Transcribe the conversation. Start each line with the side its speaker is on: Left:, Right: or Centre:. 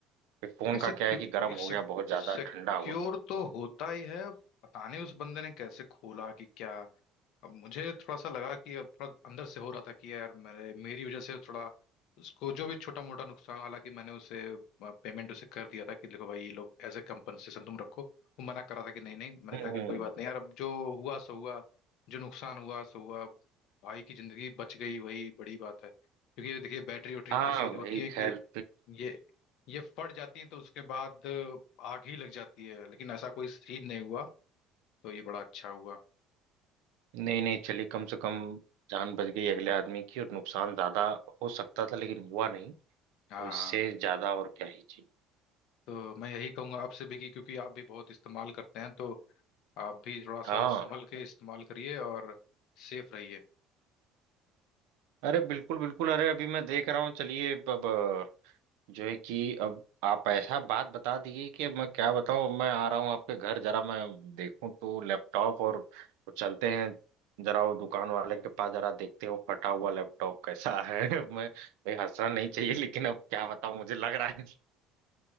Right: फिर फोन
Left: सिक्योर
Right: का क्या है कि गर्म हो गया बहुत ज्यादा
Left: सिक्योर
Right: ठंडा हो
Left: तो होता ही है अब पता नहीं उस बंदे ने कैसे खोला कि क्या अब मुझे थोड़ा सा लगा कि अब थोड़ा अंदर से हो रहा था कि यार मेरे मेरी वजह से थोड़ा उसको जो भी छोटा मोटा नुकसान हालांकि मैंने उसे पेमेंट उसे कर दिया था कि देखो भाई ये लोग एज ए कंपनसेशन तुम रखो वो मना कर रहा था कि नहीं नहीं मैंने
Right: हम्म
Left: कहा कि कोई
Right: हम्म।
Left: बात नहीं यार अब जो हुआ सो हुआ जो नुकसान हुआ सो हुआ भाई की जिंदगी बच गई वही बड़ी बात है क्योंकि ये देखिए बैटरी वैटरी
Right: हाँ
Left: ऐसी होती
Right: भाई
Left: है
Right: खैर
Left: कि ये ये फट जाती है तो उसके बाद आग ही लग जाती है लेकिन ऐसा कोई सीन नहीं हुआ तो ये बड़ा अच्छा हुआ
Right: नहीं नहीं चलिए कम से कम जान बच गई अगले आदमी की और नुकसान ज्यादा हो सकता था लेकिन हुआ नहीं तो
Left: हाँ
Right: इससे
Left: हाँ
Right: ज्यादा और क्या ही चाहिए
Left: तो मैं यही कहूंगा आपसे भी कि क्योंकि आप भी बहुत इस्तेमाल करते हैं तो आप भी थोड़ा सा
Right: हाँ
Left: संभल के इस्तेमाल करिए और सेफ रहिए <laughs>
Right: अरे बिल्कुल बिल्कुल अरे अभी मैं देख रहा हूँ चलिए अब अ, जो है कि अब आप ऐसा बात बता दीजिए कि अब मैं क्या बताऊँ मैं आ रहा हूँ आपके घर जरा मैं देखूँ तो लैपटॉप और और चलते हैं जरा वो दुकान वाले के पास जरा देखते हैं वो फटा हुआ लैपटॉप कैसा है <laughs> मैं भाई हंसना नहीं चाहिए लेकिन अब क्या बताऊँ मुझे लग रहा है